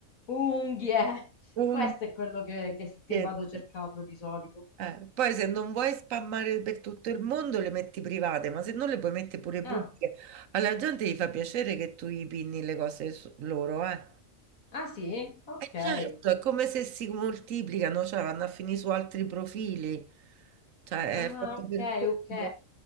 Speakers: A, on the left; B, on the right.
A: Unghie.
B: Un
A: Questo è quello che, che che
B: biglietto.
A: vado cercando di solito.
B: Eh, poi se non vuoi spammare per tutto il mondo le metti private, ma se non le puoi mettere pure pubbliche,
A: Ah.
B: alla gente gli fa piacere che tu gli pinni le cose su- loro, eh.
A: Ah sì? Ok.
B: E certo, è come se si moltiplicano, cioè vanno a finire su altri profili. Cioè,
A: Ah,
B: è fatto
A: ok,
B: per quello.
A: ok.